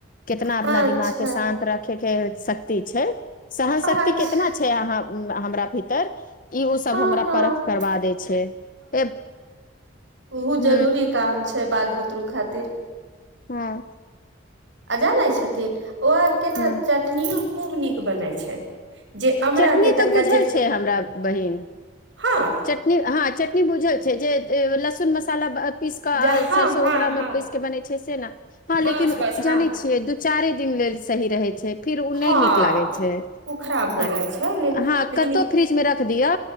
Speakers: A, on the left; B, on the right.
A: केतना
B: अच्छा
A: अपना दिमाग के शान्त रखेके शक्ति छै। सहन
B: अच्छा
A: शक्ति केतना छै अहाँ ऊं हमरा भीतर। ई उ सब
B: हँ
A: हमरा
B: हँ
A: परख करबा दै छै ए।
B: उहो
A: ह
B: जरूरी काम छै बाल बुतरू खातिर।
A: हुं।
B: आ जानै छथिन ओ आर केना
A: ह
B: चटनियो खुब निक बनै छै। जे अमरा
A: चटनी
B: के
A: तऽ
B: तनका
A: बुझल
B: जे
A: छै हमरा बहिन
B: हाॅं।
A: चटनी हाॅं चटनी बुझल छै जे ए लहसुन मसाला ब अ। पीस के आ
B: जे हँ
A: सरसोंओकरा
B: हँ हँ
A: में पीस के बने छै से ना हाॅं
B: बस
A: लेकिन
B: बस
A: उ
B: हँ
A: जाने छियै दु‌। चारे दिन लेल सही रहे छै फिर उ
B: हँ
A: नै नीक लागे छै।
B: ओ खराब हो
A: आ
B: जाइ छै ले
A: हाॅं
B: लेकिन
A: कतो फ्रीज में रख दियो